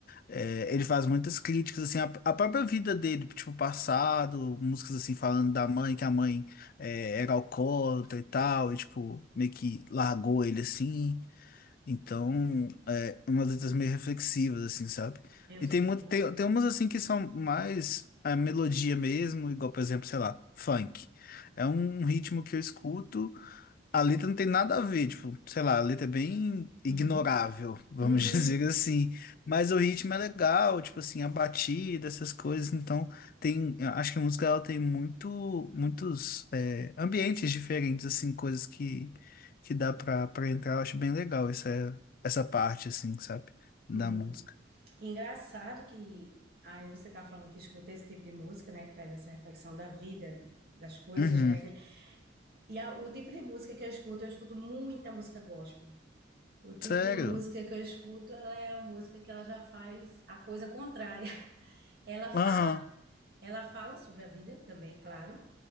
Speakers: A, on the left; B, on the right.
A: é, ele faz muitas críticas assim à, à própria vida dele, tipo passado, músicas assim falando da mãe, que a mãe é, era alcoólatra e tal, e tipo meio que largou ele assim. Então, é umas letras meio reflexivas, assim, sabe?
B: eu
A: E
B: sei.
A: tem, muito, tem, tem umas, assim, que são mais a melodia mesmo, igual, por exemplo, sei lá, funk. É um um ritmo que eu escuto. A letra não tem nada a ver, tipo, sei lá, a letra é bem ignorável,
B: Uhum.
A: vamos
B: Uhum.
A: <laughs> dizer assim. Mas o ritmo é legal, tipo assim, a batida, essas coisas. Então, tem, eu acho que a música ela tem muito, muitos é, ambientes diferentes, assim, coisas que, que dá pra, pra entrar. Eu acho bem legal essa, essa parte, assim, sabe,
B: Sim.
A: da música.
B: Engraçado que aí você tá falando que escuta esse tipo de música, né, que traz essa reflexão da vida, das coisas,
A: Uhum.
B: né? que- E a- o tipo de música que eu escuto, eu escuto muita música gospel. O tipo
A: Sério?
B: de música que eu escuto, ela é a música que ela já faz a coisa contrária. <laughs> Ela fala,
A: Aham.
B: ela fala sobre a vida também, claro,